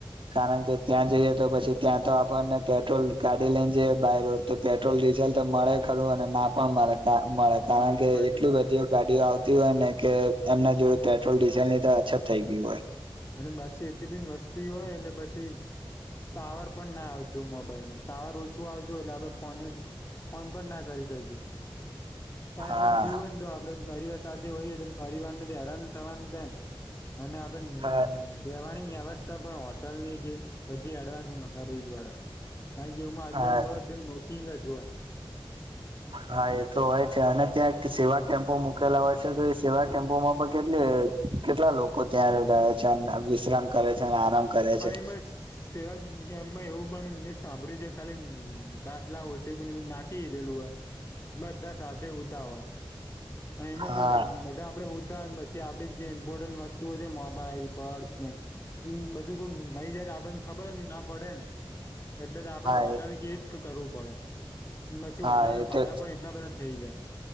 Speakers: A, on the right; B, on the left.
A: કારણ કે ત્યાં જઈએ તો પછી. ત્યાં તો આપણને પેટ્રોલ ગાડી લઈન જતા રઉં કે પેટ્રોલ ડીઝલ તો મળે ખરું અને ના પણ મળે. ના મળે
B: હા
A: કારણ
B: અને
A: કે
B: પછી
A: એટલી બધી ગાડીઓ આવતી હોય ને કે એમના જોડે પેટ્રોલ ડીઝલની તો અછત થઇ ગયું હોય.
B: અને બાછી એટલી બી વસ્તી હોય એટલે પછી. ટાવર પણ ના આવતું મોબાઈલ ટાવર ઓછું આવતું એટલે આપડે ફોન ફોન પણ ના કરી શકીએ કઈ
A: હા
B: પણ થયું હોયને તો આપડે પરિવાર સાથે હોઈએ તો પરિવારને તો હેરાન થવાનું ત અને આપ
A: હા
B: હમ રહેેવાની વ્યવસ્થા પણ હોટલની જે બધી એડવાન્સ હું કરવી જ પડે. થઇ જુમમાં આજબન
A: હા
B: બધ બુકીંગ જ હોય.
A: હા એ તો હોય છે અને ત્યાં સેવા કેમ્પો મૂકેલા હોય છે તો એ સેવા કેમ્પોમાં પણ કેટલી કેટલા લોકો ત્યાં રહે છે વિશ્રામ કરે છે આરામ. કરે
B: પણ
A: છે
B: એમાં સેવ કેમાં એવું પણ. સાંભળી જે ખાલી ગાટલા હોય છે કો નાખીીધેલું હોય. બધા સાથે હતા હોય અને એમાં
A: હા
B: શું થાય બધા આપડે. પછી આપડી જે ઇમ્પોર્ટન્ટ વસ્તુઓ છે મોબાઈલ પર્સ ને બધ. ું નઈ જાય તો આપડને ખબરને ના પડે ને એટલે તો આપડે
A: હા
B: હોટલ ક. કરવું પડે પછી
A: હા
B: ઓટલ ના
A: એ
B: ભાડા
A: તો
B: પણ એટલા બધા થઈ જાય.